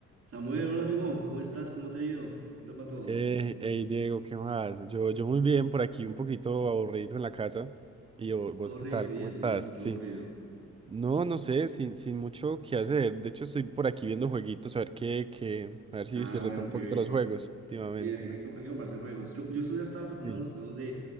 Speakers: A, on the right; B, on the right.
A: Samuel, hola amigo, ¿cómo estás? ¿Cómo te ha ido? ¿Qué tal va todo?
B: Eh, hey Diego, ¿qué más? Yo, yo muy bien, por aquí un poquito aburrido en la casa. ¿Y vo- vos
A: Aburrido
B: qué tal?
A: y
B: ¿Cómo
A: eso,
B: estás?
A: y eso, porque
B: Sí.
A: aburrido.
B: No, no sé, sin, sin mucho que hacer. De hecho, estoy por aquí viendo jueguitos, a ver qué, qué, a ver si,
A: Ah,
B: si retomo
A: bueno, qué
B: un poquito
A: bien,
B: los
A: qué
B: juegos
A: bien.
B: últimamente,
A: Sí, hay
B: ¿no?
A: que, hay que comprarse juegos. Yo, yo ya estaba pensando
B: Sí.
A: en los juegos de,